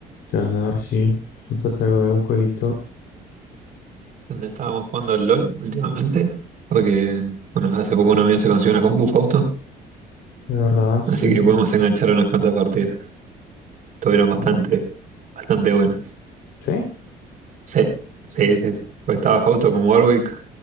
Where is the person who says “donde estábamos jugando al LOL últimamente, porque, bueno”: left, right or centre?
Right